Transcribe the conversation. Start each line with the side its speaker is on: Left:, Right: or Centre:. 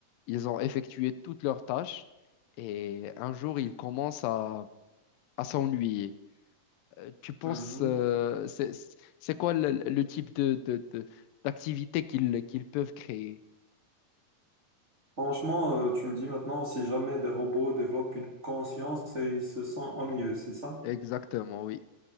Left: Ils ont effectué toutes leurs tâches et un jour, ils commencent à, à s'ennuyer. Euh, tu penses,
Right: Mhm.
Left: euh, c'est, c'est quoi le, le type de, de- de- d'activité qu'ils qu'ils peuvent créer?
Right: Franchement, euh, tu me dis maintenant, si jamais des robots développent une conscience et ils se sentent ennuyeux, c'est ça?
Left: Exactement, oui.